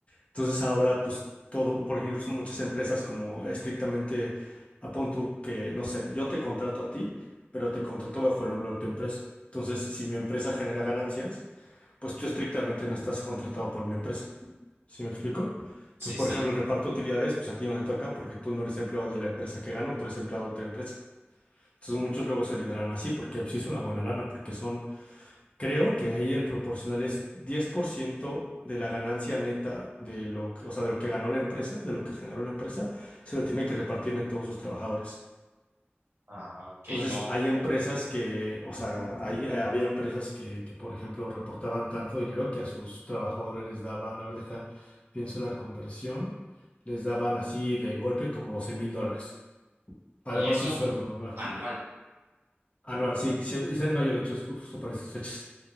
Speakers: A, on the left (about 30°); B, on the right (about 85°).
A: Entonces ahora, pues todo, porque incluso muchas empresas como estrictamente, apón tú que, no sé, yo te contrato a ti, pero te contrato bajo el nombre de tu empresa. Entonces, si mi empresa genera ganancias, pues tú estrictamente no estás contratado por mi empresa. ¿Sí me explico? Entonces,
B: Sí,
A: por
B: sí.
A: ejemplo, el reparto de utilidades, pues a ti no te toca porque tú no eres empleado de la empresa que ganó, tú eres empleado de otra empresa. Entonces, muchos luego se liberan así porque pues, sí es una buena lana, porque son, creo que ahí el proporcional es 10% de la ganancia neta de lo que, o sea, de lo que ganó la empresa, de lo que generó la empresa, se lo tiene que repartir en todos sus trabajadores.
B: Ah, ok,
A: Entonces,
B: no.
A: hay empresas que, o sea, hay, eh, había empresas que, que, por ejemplo, reportaban tanto dinero que a sus trabajadores les daban, a ver, deja, pienso la conversión, les daban así de golpe como doce mil dólares, además
B: Y eso
A: de su sueldo normal,
B: anual.
A: anual, sí, sí, es en mayo, de hecho, es justo para estas fechas.